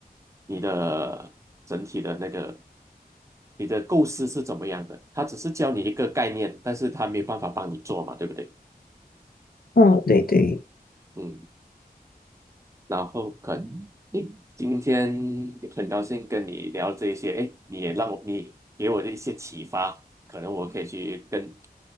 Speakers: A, on the right (about 20°); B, on the left (about 70°).
A: 你的整体的那个，你的构思是怎么样的。他只是教你一个概念，但是他没有办法帮你做嘛，对不对？
B: 嗯，对对。
A: 嗯。然后可能，诶，今天很高兴跟你聊这一些，诶，你也让我，你给我的一些启发，可能我可以去跟